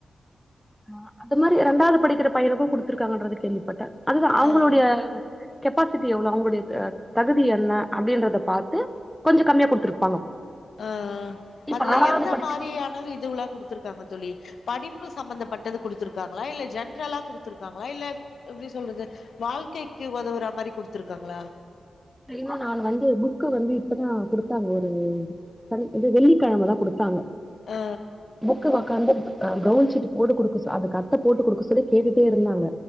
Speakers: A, in the centre; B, on the left (about 70°).
A: ஆ அது மாதிரி ரெண்டாவது படிக்கிற பையனுக்கு குடுத்துருக்காங்கன்றத கேள்விப்பட்டே அதுதா அவுங்களுடைய
B: ஆ
A: கெப்பாசிட்டி எவ்ளோ அவங்களுடைய தகுதி என்ன அப்பிடின்றத பாத்து கொஞ்சோ கம்மியா குடுத்துருப்பாங்க
B: அ அ
A: இப்ப
B: அதுல
A: ஆறாவது
B: எந்த
A: படிக்கிற
B: மாதிரியானது இதுவுல்லா குடுத்துருக்காங்க தோழி படிப்பு சம்பந்தப்பட்டது குடுத்துருக்காங்களா இல்ல ஜென்ரலா குடுத்துருக்காங்களா இல்ல எப்டி சொல்றது வாழ்க்கைக்கு ஒதவுரா மாரி குடுத்துருக்காங்களா
A: அய்யோ நானு வந்து புக்கு வந்து இப்பதா குடுத்தாங்க ஒரு சனி இந்த வெள்ளிக்கெழமதா குடுத்தாங்க
B: ஆ
A: புக்கு உக்காந்து ப்ரவுன் சீட் போட்டு குடுக்க அதுக்கு அட்ட போட்டு கொடுக்க சொல்லி கேட்டுகிட்டே இருந்தாங்க